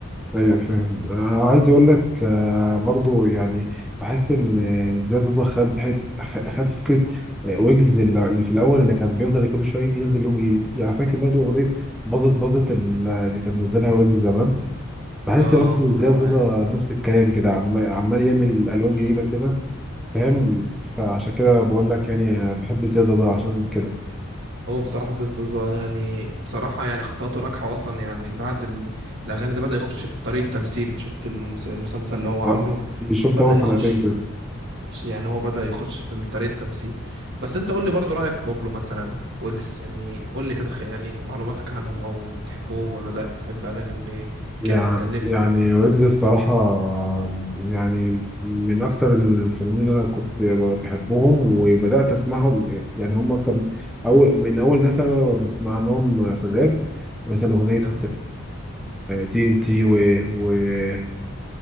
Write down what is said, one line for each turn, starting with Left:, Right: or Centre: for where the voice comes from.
Centre: ايوه فاهم آه، عايز اقول لك آه، برضو يعني بحس ان زياد زوزة خد حت خ- خد فكره آه، ويجز اللي اللي في الاول اللي كان بيفضل كل شويه ينزل لهم ي- يعني فاكر برضو اغنيه باظت باظت ال- اللي كان منزلها ويجز زمان بحس
Right: اه
Centre: برضو زياد
Right: الأغنية
Centre: زوزة نفس الكلام كده عم- عمال يعمل الوان
Right: مم.
Centre: جديده كده فاهم فعشان كده بقول لك يعني آه، بحب زياد زوزة عشان كده
Right: هو بصراحة زياد زازا يعني بصراحة يعني خطواته ناجحة أصلا يعني بعد ال... الأغاني ده بدأ يخش في طريق التمثيل شفت المس... المسلسل اللي هو عامله
Centre: آه، شفت
Right: بدأ
Centre: اول
Right: يخش
Centre: حلقتين كده
Right: يعني هو بدأ يخش في طريق التمثيل بس أنت قول لي برضو رأيك في بابلو مثلا ويجز يعني قول لي كده خ- يعني معلوماتك عنهم أو بتحبهم ولا لا بتحب أغانيهم إيه
Centre: يعني
Right: كده كلمني
Centre: يعني ويجز الصراحة يعني من أكتر الفنانين اللي أنا كنت بحبهم وبدأت أسمعهم يعني هم أكتر من أول من أول ناس أنا بسمع لهم في الراب مثلا أغنية
Right: كده
Centre: تي إن تي وكان